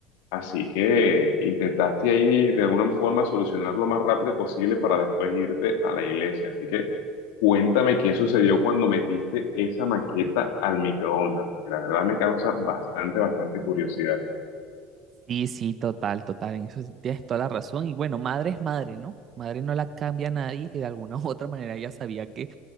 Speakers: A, on the left; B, on the right.
A: Así que intentaste ahí de alguna forma solucionar lo más rápido posible para después irte a la iglesia. Así que cuéntame qué sucedió cuando metiste esa maqueta al microondas, porque la verdad me causa bastante, bastante curiosidad.
B: Sí, sí, total, total, en eso sí tienes toda la razón. Y bueno, madre es madre, ¿no? Madre no la cambia a nadie que de alguna u otra manera ya sabía que